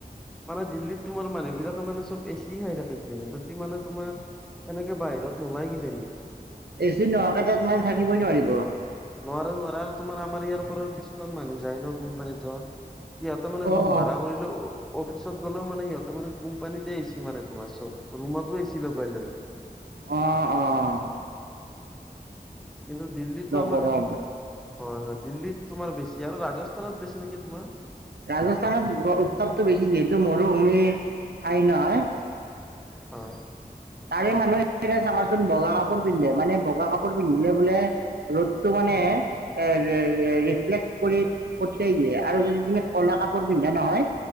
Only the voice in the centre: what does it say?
মানে দিল্লীত তোমাৰ মানুহ বিলাকে মানে চব এচি খাই থাকে হেবিলাকে। সিহঁতি মানে তোমাৰ এনেকে বাহিৰত নোলাই কিজানি।
নোৱাৰে নোৱাৰে, আৰু তোমাৰ আমাৰ ইয়াৰ পৰাও কিছুমান মানুহ যায় ন, কোম্পানীত যোৱা। সিহঁতে মানে
ৰুম
ভাড়া কৰিলও অফিচত গ'লে মানে সিহঁতে মানে কোম্পানীতে এচি মানে তোমাৰ চব ৰুমতো এচি লগাই লৈ।
কিন্তু দিল্লী আমাৰ
হয় হয় দিল্লীত তোমাৰ বেছি। এতিয়া আৰু ৰাজস্থানত বেছি নেকি তোমাৰ।
হয়।
হয়